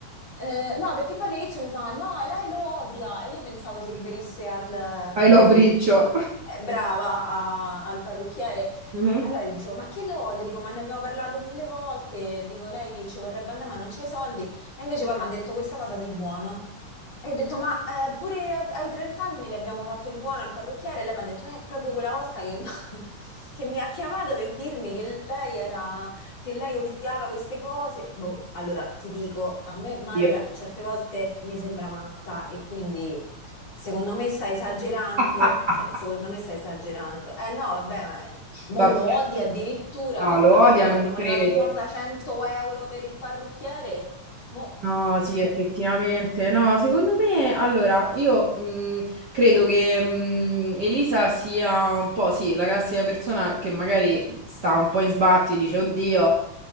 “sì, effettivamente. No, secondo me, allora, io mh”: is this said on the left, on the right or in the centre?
Right